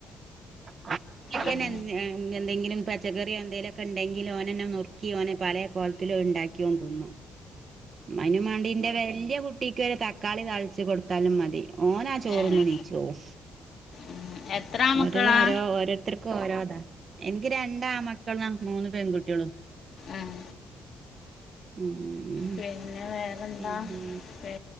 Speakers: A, on the right (about 45°); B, on the left (about 60°).
A: <unintelligible>
B: ഉം
A: എന്തെങ്കിലും പച്ചക്കറ്യോ എന്തേലൊക്കെണ്ടെങ്കില് ഓനെന്നെ നുർക്കി ഓന് പലേ കോൽത്ത്ലും അത്ണ്ടാക്കി ഓൻത് ന്നും അയ്നുമാണ്ടി ന്റെ വെല്യ കുട്ടി. ക്കൊരു തക്കാളി താൾച്ച് കൊട്ത്താലും മതി. ഓനാ ചോറ്ന്ന്
B: ഏഹ്
A: നീച്ചോവും.
B: ഉം എത്ര ആമക്കളാ
A: ഒരൊ രോ രോ ഓരോ. ത്തര്ക്ക്‌ ഓരോതാ. എനിക്ക്‌ രണ്ടാമക്കളാ മൂന്ന് പെൺകുട്ട്യൊളും.
B: ഉം
A: ഉംഉം ഉം
B: പിന്നെ വേറെന്താ
A: പിന്നെ..
B: പി